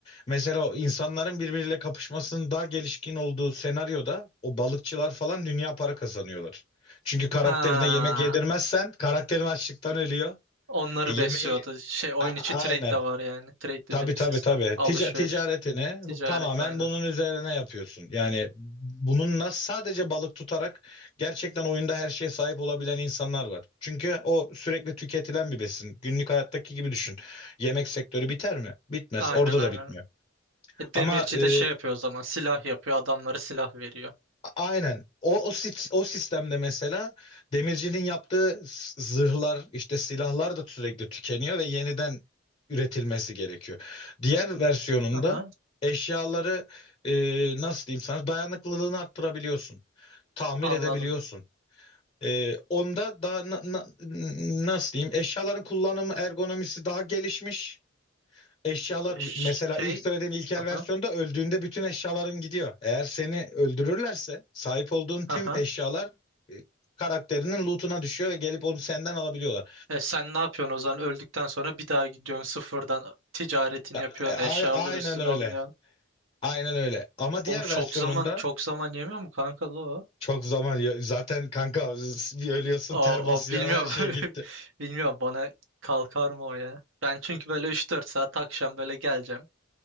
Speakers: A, on the left; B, on the right.
A: Mesela o insanların birbiriyle kapışmasının daha gelişkin olduğu senaryoda o balıkçılar falan dünya para kazanıyorlar. Çünkü karakterine
B: Ha.
A: yemek yedirmezsen karakterin açlıktan ölüyor.
B: Onları
A: E, yemeği
B: besliyordu. Şey oyun
A: A-
B: içi trade
A: aynen.
B: de var yani. Trade dediğimiz
A: Tabii tabii
B: sistem.
A: tabii.
B: Alışveriş.
A: Tica- ticaretini
B: Ticaret
A: tamamen
B: aynen.
A: bunun üzerine yapıyorsun. Yani bununla sadece balık tutarak gerçekten oyunda her şeye sahip olabilen insanlar var. Çünkü o sürekli tüketilen bir besin. Günlük hayattaki gibi düşün. Yemek sektörü biter mi? Bitmez.
B: Aynen
A: Orada
B: aynen.
A: da bitmiyor.
B: E, demirci
A: Ama e,
B: de şey yapıyor o zaman. Silah yapıyor. Adamlara silah veriyor.
A: Aynen. O, o, sit- o sistemde mesela demircinin yaptığı s- zırhlar işte silahlar da sürekli tükeniyor ve yeniden üretilmesi gerekiyor. Diğer versiyonunda
B: Aha,
A: eşyaları e, nasıl diyeyim sana dayanıklılığını arttırabiliyorsun. Tamir
B: anladım.
A: edebiliyorsun. E, onda daha na- na- nasıl diyeyim eşyaların kullanımı ergonomisi daha gelişmiş eşyalar
B: Şey.
A: mesela ilk söylediğim ilkel
B: Aha,
A: versiyonda öldüğünde bütün eşyaların gidiyor. Eğer seni öldürürlerse sahip olduğun tüm
B: aha.
A: eşyalar e, karakterinin lootuna düşüyor ve gelip onu senden alabiliyorlar.
B: E, sen ne yapıyorsun o zaman? Öldükten sonra bir daha gidiyorsun sıfırdan ticaretini
A: Ya,
B: yapıyorsun.
A: e, a-
B: Eşyalar
A: aynen
B: üstüne
A: öyle.
B: alınıyorsun.
A: Aynen öyle. Ama diğer
B: Oğlum çok
A: versiyonunda
B: zaman çok zaman yemiyor mu kanka la o?
A: çok zaman yiyor. Zaten kanka bir ölüyorsun
B: O,
A: ter basıyor
B: o bilmiyorum.
A: her şey
B: <laughs>
A: gitti.
B: Bilmiyorum bana kalkar mı o ya? Ben çünkü böyle üç dört saat akşam böyle geleceğim.